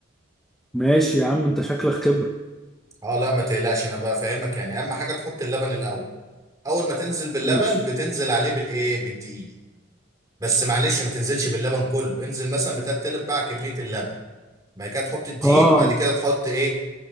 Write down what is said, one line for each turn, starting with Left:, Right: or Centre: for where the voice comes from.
Centre: ماشي يا عم انت شكلك خبره
Right: اه لا ما تقلقش انا بقى فاهمك يعني اهم حاجه تحط اللبن الاول اول ما تنزل باللبن
Centre: ماشي
Right: بتنزل عليه بالايه بالدقيق بس معلش ما تنزلش باللبن كله انزل مثلا بتلات تلت باع كميه اللبن بعد كده تحط الدقيق
Centre: اه
Right: بعد كده تحط ايه